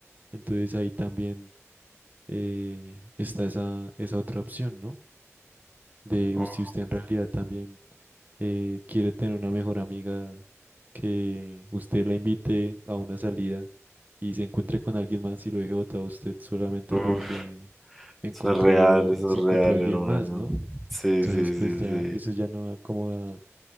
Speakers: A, on the right; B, in the centre.
A: Entonces ahí también eh, está esa, esa otra opción, ¿no? De
B: Uf,
A: us- si usted en realidad también eh, quiere tener una mejor amiga, que usted la invite a una salida y se encuentre con alguien más y lo deje botado a usted solamente porque
B: uf,
A: encontró,
B: eso es real, eso
A: se
B: es
A: encontró
B: real,
A: alguien
B: hermano.
A: más, ¿no?
B: Sí,
A: Entonces,
B: sí,
A: pues
B: sí,
A: ya, eso
B: sí.
A: ya no da como a,